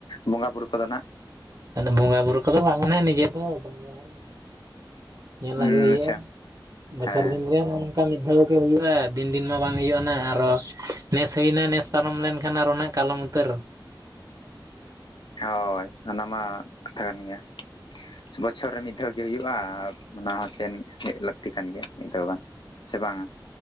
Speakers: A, on the left; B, on the right.
A: ᱵᱚᱸᱜᱟ ᱵᱩᱨᱩ ᱠᱚᱫᱚ ᱱᱟᱜ
B: ᱵᱚᱸᱜᱟ ᱵᱩᱨᱩ ᱠᱚᱫᱚ ᱵᱟᱝ ᱢᱟᱱᱮ ᱱᱤᱡᱮ ᱠᱚᱦᱚ ᱵᱟᱝ ᱨᱮ ᱦᱚ ᱧᱮᱞ
A: ᱩᱸ
B: ᱟᱹᱜᱩᱭ ᱦᱩᱭᱩᱜᱼᱟ
A: ᱟᱪᱪᱷᱟ
B: ᱵᱚᱪᱷᱚᱨ
A: ᱦᱮᱸ
B: ᱫᱤᱱ ᱨᱮᱱ ᱚᱱᱠᱟ ᱢᱤᱫ ᱫᱷᱟᱣ ᱜᱮ ᱦᱩᱭᱩᱜᱼᱟ ᱫᱤᱱ ᱫᱤᱱ ᱢᱟ ᱵᱟᱝ ᱦᱩᱭᱩᱜ ᱟᱨᱚ ᱱᱮᱥ ᱦᱩᱭᱱᱟ ᱱᱮᱥ ᱯᱟᱨᱚᱢ ᱞᱮᱱᱠᱷᱟᱱ ᱟᱨᱚ ᱱᱟᱜ ᱠᱟᱞᱚᱢ ᱩᱛᱟᱹᱨ
A: ᱦᱳᱭ ᱚᱱᱟ ᱢᱟ ᱠᱟᱛᱷᱟ ᱠᱟᱱ ᱜᱮᱭᱟ᱾ ᱵᱚᱪᱷᱚᱨ ᱨᱮ ᱢᱤᱫ ᱫᱷᱟᱣ ᱜᱮ ᱦᱩᱭᱩᱜᱼᱟ, ᱟᱨ ᱚᱱᱟ ᱦᱚᱸ ᱥᱮᱱ ᱦᱮᱡ ᱞᱟᱹᱠᱛᱤ ᱠᱟᱱ ᱜᱮᱭᱟ ᱢᱤᱫ ᱫᱷᱟᱣ ᱜᱟᱱ᱾ ᱥᱮ ᱵᱟᱝᱼᱟ?